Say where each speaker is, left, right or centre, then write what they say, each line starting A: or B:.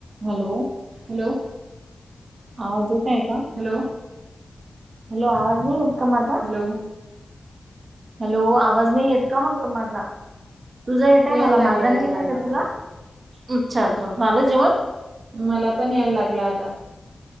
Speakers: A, on the right; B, on the right.
A: Hello.
B: Hello
A: आवाज येत आहे का?
B: हॅलो.
A: हॅलो आवाज नाही येत का माझा?
B: हॅलो
A: हॅलो आवाज नाही येत का म्हटलं माझा? तुझा येतय
B: यायला
A: मला
B: लागलं
A: माझा
B: यायला
A: नाही येतय
B: लागलं
A: का तुला?
B: मला.
A: अच्छा- अच्छा झालं जेवण?
B: मला पण यायला लागल आता.